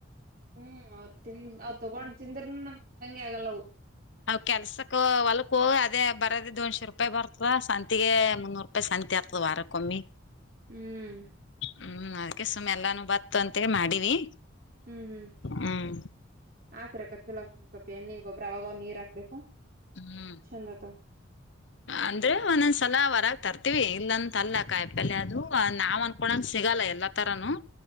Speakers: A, on the right; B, on the left.
A: ಹ್ಮ್ ಅವ ತಿಿಂದ ಅವ್ ತಗೊಂಡ್ ತಿಂದ್ರ ತಿನ್ನಂಗಗೆ ಆಗಲ್ಲವು
B: ಅವ ಕೆಲ್ಸಕ್ಕ ಹೊಲಕ ಹೋಗ ಅದೇ ಬರದ ದ ಒಂದು್ ಶರ್ ರೂಪಾಯಿ ಬರ್ತಾ ಸಂತಿಗೆ ಮುನ್ನೂರು ಪ ಸಂತಿ ಆತದ ವರಕೋ ಮ್ಮಿ
A: ಹ್ಮ್
B: ಹ್ಮ್ ಅ ಕೆ ಸುಮ್ಮನೆ ಎಲ್ಲಾನು ಬತ್ತ ಅಂತೇಳ ಮಾಡಿವಿ
A: ಹ್ಮ್ ಹ್ಮ್
B: ಹ್ಮ್
A: ಆ ಕ್ರ ಕಚ್ಚುಲ ಆಗ್ತದೆ ಸ್ವಲ್ಪ ಎಣ್ಣ ಗೊಬ್ಬ್ರ ಆವಾಗ ನೀರು ಹಾಕ್ಬೇಕು
B: ಹ್ಮ್
A: ಚಂದ ಆತವ
B: ಅಂದ್ರೆ ಒಂದೊಂದ್ಸಲ ವರ ತರ್ತಿೀವಿ ಇಲ್ಲಂತ ಅಲ್ಲ ಕಾಯಪಲ್ ಅದು ನಾವ್ ಅನ್ಕೊಂಗ ಸಿಗಲ್ಲ ಎಲ್ಲಾ ತರನುೂ